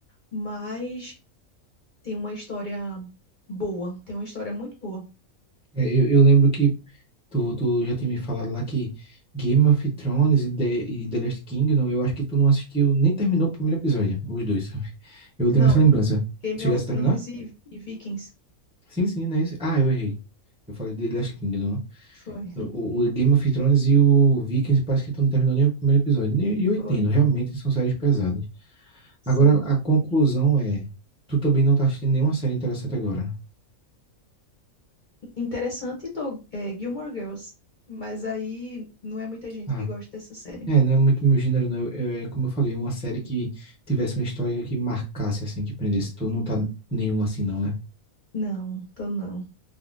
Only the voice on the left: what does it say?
mas tem uma história boa. Tem uma história muito boa.
Não,
Game
of
Thrones
e, e Vikings.
Foi, <laughs>
foi.
Sim.
Interessante, tô, é, Gilmore Girls. Mas aí não é muita gente
que gosta dessa série.
Não, tô não.